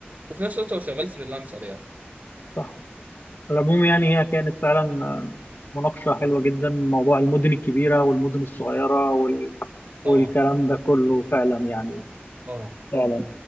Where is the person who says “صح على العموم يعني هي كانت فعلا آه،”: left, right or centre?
Left